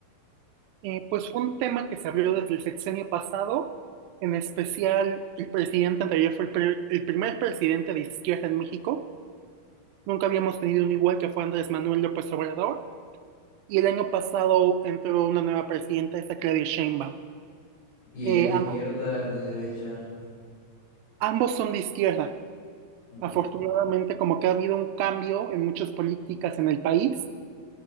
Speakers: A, on the right; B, on the left.
A: Eh, pues fue un tema que se abrió desde el sexenio pasado, en especial el presidente anterior fue el, pri- el primer presidente de izquierda en México. Nunca habíamos tenido un igual que fue Andrés Manuel López Obrador. y el año pasado entró una nueva presidenta, esa Claudia Sheinbaum.
B: Y
A: Eh,
B: ellas de
A: am-
B: izquierda, es de derecha,
A: ambos son de izquierda.
B: ok.
A: Afortunadamente, como que ha habido un cambio en muchas políticas en el país.